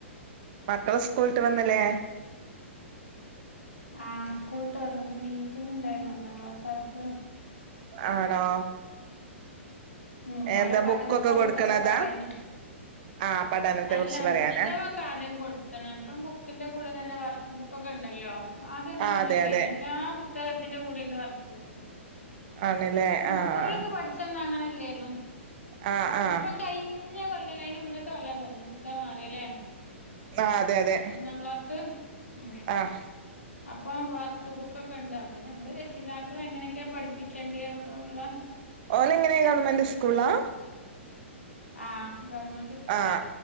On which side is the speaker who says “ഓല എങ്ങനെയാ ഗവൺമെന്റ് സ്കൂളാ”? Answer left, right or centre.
Right